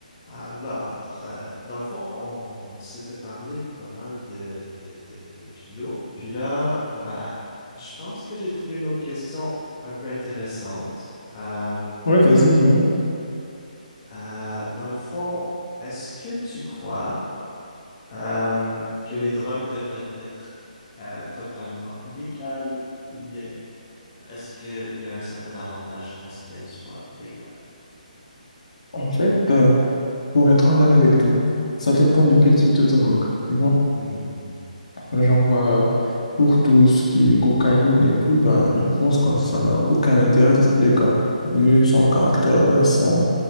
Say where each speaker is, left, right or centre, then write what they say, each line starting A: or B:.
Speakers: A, on the left (about 25°); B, on the left (about 55°).
A: Alors, euh, dans le fond, on s'était parlé pas mal de, de, de, de philo. Puis là, ben, je pense que j'ai trouvé une autre question un peu intéressante. Euh,
B: Ouais, vas-y, dis-moi.
A: euh, dans le fond, est-ce que tu crois euh, que les drogues devraient être euh, totalement illégales ou bien est-ce qu'il y a un certain avantage à ce qu'elles soient légales?
B: En fait, euh, pour être honnête avec toi, ça dépend de quel type de drogue. Tu vois,
A: Mhm, mhm,
B: genre, euh, pour tout ce qui est cocaïne et tout, ben, je pense que ça n'a aucun intérêt d'être légal, vu son caractère de, son